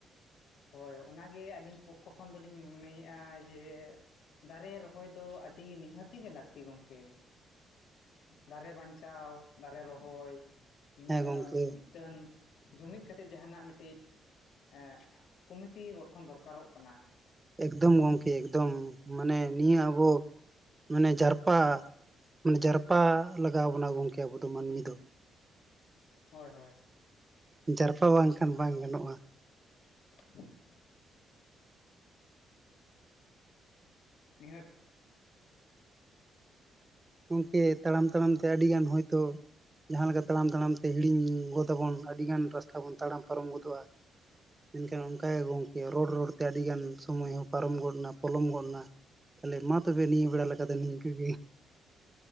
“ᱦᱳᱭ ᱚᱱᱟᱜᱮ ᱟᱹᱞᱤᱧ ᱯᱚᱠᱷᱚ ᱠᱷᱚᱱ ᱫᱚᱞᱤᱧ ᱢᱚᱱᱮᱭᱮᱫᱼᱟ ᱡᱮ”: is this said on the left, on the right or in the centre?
Left